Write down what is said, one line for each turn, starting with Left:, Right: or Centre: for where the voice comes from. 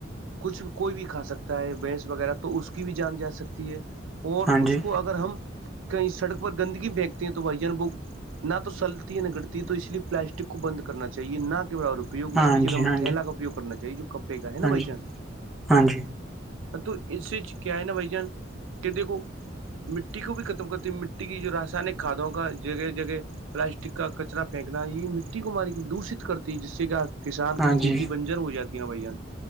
Right: کچھ بھی کوئی بھی کھا سکتا ہے بھینس وغیرہ تو اس کی بھی جان جا سکتی ہے اور
Centre: ہاں
Right: اس
Centre: جی
Right: کو اگر ہم کہیں سڑک پر گندگی بینکتے ہیں تو بھائی جان بوگ نہ تو سلتی ہے نگڑتی ہے تو اس لیے پلاسٹک کو بند کرنا چاہیے نہ کے برابروپ اپوگ اس
Centre: ہاں
Right: کی جگہ
Centre: جی
Right: ہم
Centre: ہاں
Right: تھیلا کا اپیوگ کرنا چاہیے جو کپڑے کا
Centre: جی
Right: ہے نا بھ جان
Centre: ہاں جی
Right: تو اس چ کیا ہے نا بھائی جان کہ دیک کوو مٹی کو بھی ختم کرتی مٹی کی جو راسائنک کھادوں کا جگہ جگہ پلاسٹک کا کچرا پھینکنا یہ مٹی کو ماری دووشت کرتی ہے جس سے کیا کسان
Centre: ہاں
Right: کی کھیتی
Centre: جی
Right: بنجر ہو جاتی نا بھائی جان